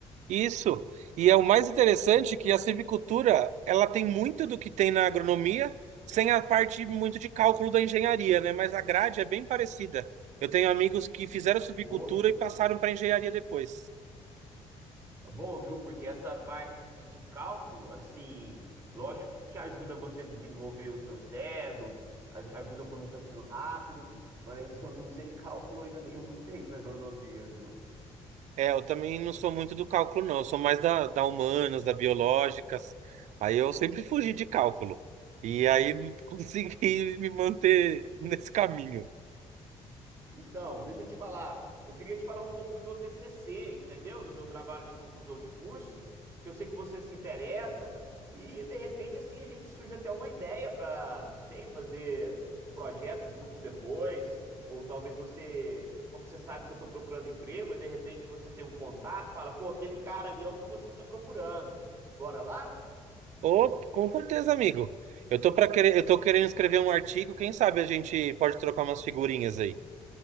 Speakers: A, on the right; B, on the right.
A: Isso. E é o mais interessante que a civicultura, ela tem muito do que tem na agronomia, sem a parte muito de cálculo da engenharia, né? Mas a grade é bem parecida. Eu tenho amigos que fizeram civicultura
B: Ô,
A: e passaram para engenharia depois.
B: Bom, viu? Porque essa parte de cálculo, assim, lógico que ajuda você a desenvolver o seu cérebro, a- ajuda com raciocínio rápido, mas eu não usei cálculo ainda nenhuma <laughs> vez na agronomia, viu?
A: É, eu também não sou muito do cálculo, não. Eu sou mais da, da humanas, da biológicas. Aí eu sempre fugi de cálculo. E aí <laughs> consegui me manter nesse caminho.
B: Então, deixa eu te falar. Eu queria te falar um pouco do meu TCC, entendeu? Do meu trabalho de conclusão de curso, que eu sei que você se interessa e de repente assim a gente surge até uma ideia para, não sei, fazer um projeto juntos depois, ou talvez você, como você sabe que eu tô procurando emprego, e de repente você tem um contato, fala, pô, aquele cara ali é o que você tá procurando. Bora lá?
A: Ô, com certeza, amigo. Eu tô para querer, eu tô querendo escrever um artigo. Quem sabe a gente pode trocar umas figurinhas aí.